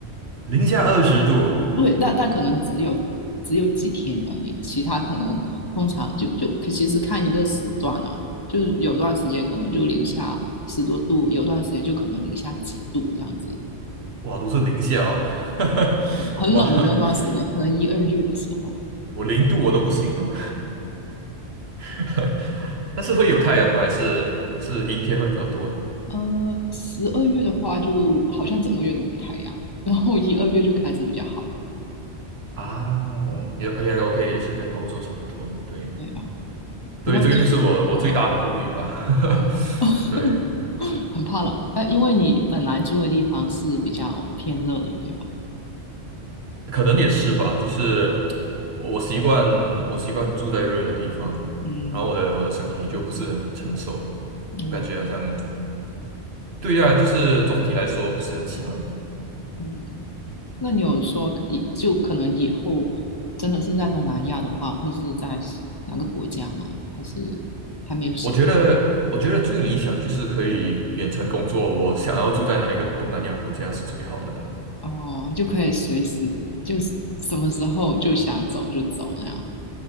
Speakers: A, on the right (about 65°); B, on the left (about 25°).
A: 零下二十度哦
B: 对，但但可能只有只有几天而已，其他可能通常就就可其实看一个时段啊，就是有段时间可能就零下十多度，有段时间就可能零下几度这样子，
A: 哇，都是零下哦，<laughs>
B: 很冷的那段时间，
A: 哇，
B: 可能一二月的时候，
A: 我我零度我都不行哦，<laughs> 但是会有太阳吗？还是也是阴天会比较多呢？
B: 呃，十二月的话就好像整个月都没太阳，然后一二月就开始比较好，
A: 啊，
B: 嗯，
A: 也 OK OK，也是跟欧洲差不多的，对。
B: 对吧？
A: 对，
B: 不过暑啊
A: 这个就是我我最大的顾虑吧。
B: 啊。
A: <laughs>
B: <laughs>
A: 对，
B: 很怕冷，哎，因为你本来住的地方是比较偏热的，对吧？
A: 可能也是吧，就是我习惯我习惯住在热的地方，
B: 嗯
A: 然后我的我的身体就不是很承受，我感觉好像
B: 嗯
A: 对啊，就是总体来说不是很喜欢。
B: 嗯，那你有说以就可能以后真的是在东南亚的话，会是在是哪个国家吗？还是还没有想？
A: 我觉得，我觉得最理想就是可以远程工作。我想要住在哪一个东南亚国家是最好的了。
B: 哦，就可以随时就是什么时候就想走就走那样。